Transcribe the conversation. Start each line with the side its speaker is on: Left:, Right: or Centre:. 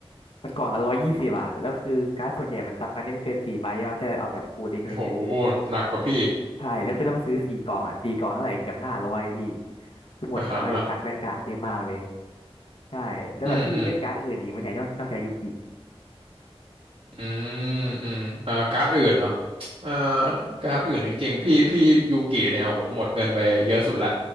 Left: มันกล่องละร้อยยี่สิบอะแล้วคือการ์ดส่วนใหญ่มันซ้ำกันได้ไม่เกินสี่ใบใช่ปะถ้าเอาแบบฟูลเด็กอะไรเงี้ย
Right: โหหนักกว่าพี่อีก
Left: ใช่แล้วคือต้องซื้อสี่กล่องอ่ะสี่กล่องเท่าไหร่เกือบห้าร้อยพี่คือหมดตังค์ไปกับการ์ดแวนการ์ดเยอะมากเลย
Right: อ่าฮะ
Left: ใช่แล้วแบบพี่เล่นการ์ดอื่นอีกไหมเนี่ยนอกนอกจากยูกิ
Right: อืมอืม อืมอืมเอ่อการ์ดอื่นเหรอเอ่อการ์ดอื่นจริงๆพี่พี่ยูกิเนี่ยโอ้โหหมดเงินไปเยอะสุดละ